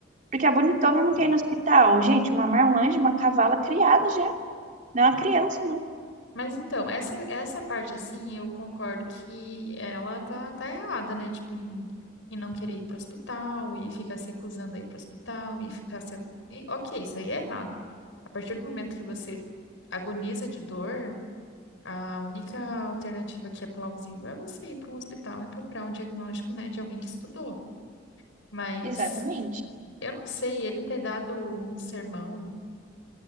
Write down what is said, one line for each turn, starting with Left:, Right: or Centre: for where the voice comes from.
Right: porque a bonitona não quer ir no hospital. Gente, uma marmanja, uma cavala criada já, não é uma criança, não.
Left: Mas então, essa, essa parte, assim, eu concordo que ela tá, tá errada, né? Tipo, em, em não querer ir pro hospital e ficar se recusando a ir pro hospital e ficar se. e, ok, isso aí é errado. A partir do momento que você agoniza de dor, a única alternativa que é plausível é você ir para um hospital e procurar um diagnóstico, né, de alguém que estudou. Mas
Right: Exatamente.
Left: eu não sei, ele ter dado um sermão